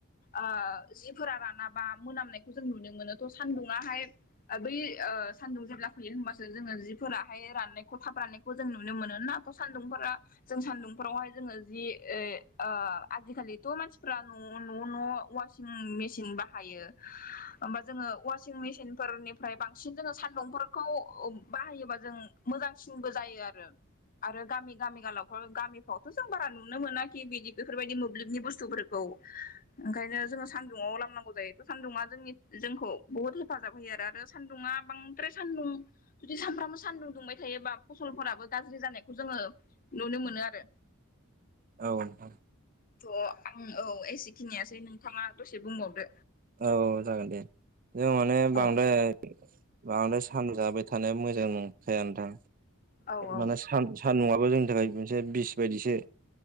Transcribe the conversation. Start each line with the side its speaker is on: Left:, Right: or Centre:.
Left: ओ जिफोरा रानाबा मोनामनायखौ जों नुनो मोनो थ' सान्दुङाहाय आ बै ओ सान्दुं जेब्ला फैयो होमबासो जोङो जिफोराहाय राननायखौ थाब राननायखौ खौ जों नुनो मोनो ना थ' सान्दुंफोरा जों सानदुंफोरावहाय जोङो जि ए ओ आजिखालिथ' मानसिफ्रा न' न' न' अवास सिगां मेचन बाहायो होमबा जोङो अवासिं मेसिन फोरनिफ्राय बांसिन जोङो सानदुंफोर खौ बाहायोबा जों मोजांसिनबो जायो आरो। आरो गामि गामि गालावफ्राव गामिफ्रावथ' जों बारा नुनो मोनाखि बिदि बेफोरबायदि मोब्लिबनि बुस्थुफोर ओंखायनो जोंङो सान्दुङाव लामनांगौ जायो सान्दुङा जोंनि जोंखौ बुहुद हेफाजाब होयो आरो सान्दुङा बां ब्राय सान्दुं जुदि सानफ्रामबो सान्दुं दुंबाय थायोबा फसलफोराबो गाज्रि जानायखौ जोङो नुनो मोनो आरो।
Right: औ नोंथां
Left: थ' आं औ एसेखिनियानोसै नोंथाङा दसे बुंबावदो
Right: औ जागोन दे जों माने बांद्राय
Left: औ
Right: बांद्राय सान जाबाय थानाया मोजां नंखाया नोथां
Left: औ औ
Right: माने सान सान्दुङाबो जोंनि थाखाय मोनसे बिस बायदिसो।